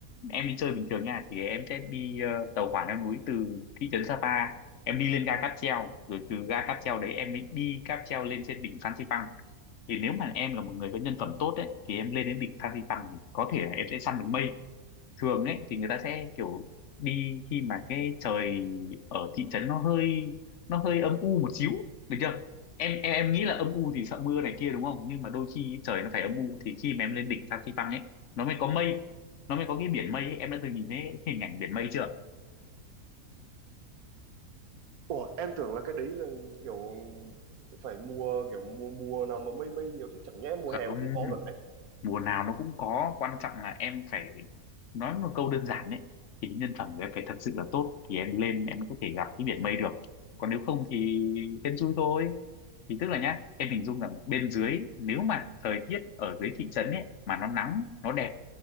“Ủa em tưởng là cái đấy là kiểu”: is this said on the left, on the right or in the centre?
Right